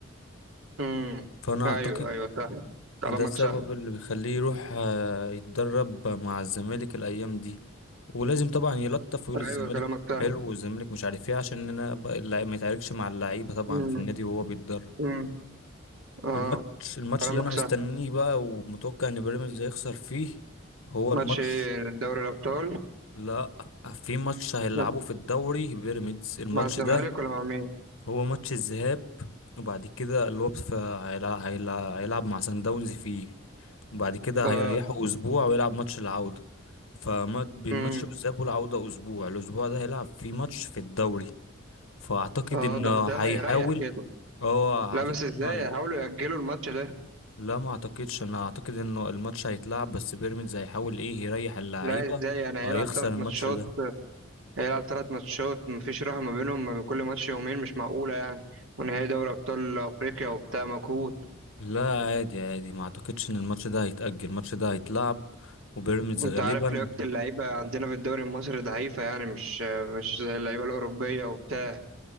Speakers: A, on the right (about 80°); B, on the left (about 85°).
A: امم
B: فانا
A: أيوه
B: اعتقد
A: أيوه صح كلامك
B: ده السبب
A: صح
B: اللي بيخليه يروح آه، يتدرب مع الزمالك الأيام دي ولازم طبعا يلطف ويقول الزمالك
A: ايوه كلامك سهل
B: حلو والزمالك مش عارف ايه عشان انا بقى اللعيب ما يتعاركش مع اللعيبة طبعا
A: مم.
B: في النادي وهو بيتدرب
A: مم. اه
B: الماتش الماتش
A: كلامك
B: اللي انا مستنيه
A: سهل
B: بقى ومتوقع ان بيراميدز هيخسر فيه هو
A: ماتش
B: الماتش
A: ايه دوري الابطال
B: لا في ماتش هيلعبه
A: ماتش
B: في الدوري بيراميدز الماتش
A: مع الزمالك
B: ده
A: ولا مع مين
B: هو ماتش الذهاب وبعد كده اللي هو في هيلع- هيلع- هيلعب مع سان داونز فيه وبعد كده
A: اه
B: هيريحوا اسبوع ويلعب ماتش العودة فما بين
A: امم
B: ماتش الذهاب والعودة اسبوع الاسبوع ده هيلعب فيه ماتش في الدوري فاعتقد
A: اه
B: انه
A: ده مش هيريح
B: هيحاول
A: كده
B: اه
A: لا
B: اعتقد
A: بس ازاي
B: انه هي...
A: هيحاولوا يأجلوا الماتش ده
B: لا ما اعتقدش انا اعتقد انه الماتش هيتلعب بس بيراميدز هيحاول ايه يريح اللعيبة
A: لا ازاي يعني هيلعب
B: وهيخسر
A: ثلاث
B: الماتش
A: ماتشات
B: ده
A: هيلعب ثلاث ماتشات مفيش راحة ما بينهم ما بين كل ماتش يومين مش معقولة يعني ونهائي دوري ابطال افريقيا وبتاع مجهود
B: لا عادي عادي ما اعتقدش ان الماتش ده هيتأجل الماتش ده هيتلعب وبيراميدز
A: وانت
B: غالبا
A: عارف لياقة اللعيبة عندنا في الدوري المصري ضعيفة يعني مش مش زي اللعيبة الأوروبية وبتاع